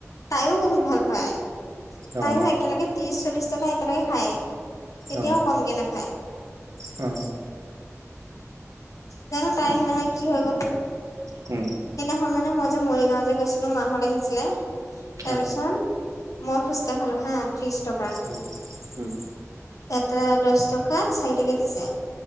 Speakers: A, on the left; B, on the right.
A: তাইও বহুত ভাল পায়
B: অ
A: তাইও একেলগে ত্ৰিশ চল্লিশ টকা একেলগে খায়। কেতিয়াও
B: অ
A: কমকে নাখায়।
B: অ
A: জানো পাই সেইদিনাখন কি হৈ গল?
B: উম!
A: সেইদিনাখন মানে মই যে মৰিগাঁও যে গৈছিলোঁ মাহত আহিছিলে তাৰপিছত
B: অ
A: মই ফোচকা খালো হা ত্ৰিশ টকা।
B: উম উম।
A: এটা দচ টকা চাৰিটাকে দিছে,